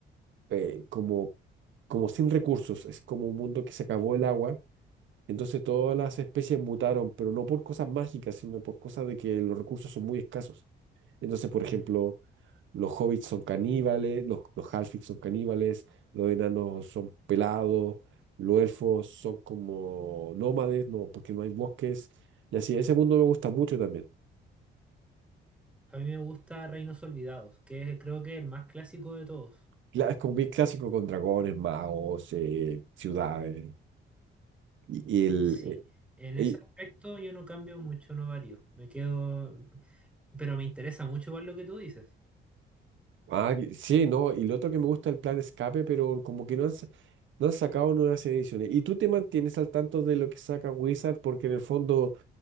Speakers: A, on the right; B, in the centre.
A: eh, como, como sin recursos. Es como un mundo que se acabó el agua entonces todas las especies mutaron, pero no por cosas mágicas, sino por cosas de que los recursos son muy escasos. Entonces, por ejemplo,
B: Mm.
A: los hobbits son caníbales, los, los halflings son caníbales, los enanos son pelados, los elfos son como nómades, no, porque no hay bosques. Y así, ese mundo me gusta mucho también.
B: A mí me gusta Reinos Olvidados, que es creo que el más clásico de todos.
A: Cla- Es como bien clásico con dragones, magos, eh, ciudades. Y, y el,
B: Sí, en
A: eh,
B: ese aspecto yo no cambio mucho, no varío. Me quedo, pero me interesa mucho ver lo que tú dices.
A: Ah, que- sí, no, y lo otro que me gusta es el plan escape, pero como que no han, sa- no han sacado nuevas ediciones. ¿Y tú te mantienes al tanto de lo que saca Wizard? Porque en el fondo